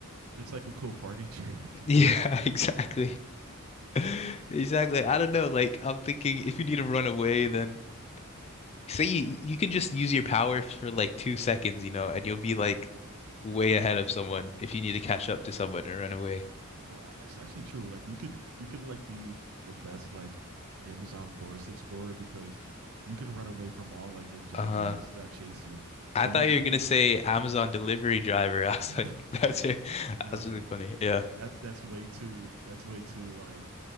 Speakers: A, on the right (about 80°); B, on the left (about 30°).
A: it's like a cool party <laughs> trick.
B: <laughs> Yeah, exactly. <laughs> Exactly. I don't know. Like, I'm thinking if you need to run away, then say you you can just use your power for like two seconds, you know, and you'll be like way ahead of someone if you need to catch up to someone or run away.
A: Oh, a- it's actually true. Like you could you could like be the best like Amazon Forest Explorer because you, you can run away from all like the jaguars
B: Uh,
A: that chase you.
B: I
A: So
B: thought
A: you you'd
B: you were gonna
A: be
B: say Amazon delivery driver. <laughs> I was
A: no
B: like, <laughs> that's it.
A: no
B: That's really
A: no
B: funny.
A: no.
B: Yeah.
A: That that's way too that's way too like